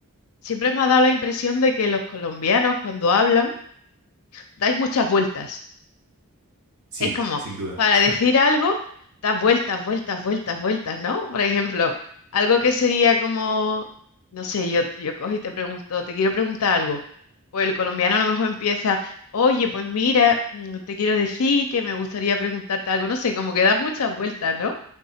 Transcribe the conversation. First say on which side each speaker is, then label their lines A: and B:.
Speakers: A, on the left; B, on the right.
A: siempre me ha dado la impresión de que los colombianos cuando hablan dais muchas vueltas.
B: sí,
A: Es como,
B: sin duda.
A: para
B: <laughs>
A: decir algo, das vueltas, vueltas, vueltas, vueltas, ¿no? Por ejemplo, algo que sería como, no sé, yo, yo cojo y te pregunto, te quiero preguntar algo. Pues el colombiano a lo mejor empieza, oye, pues mira, mm, te quiero decir que me gustaría preguntarte algo, no sé, como que das muchas vueltas, ¿no?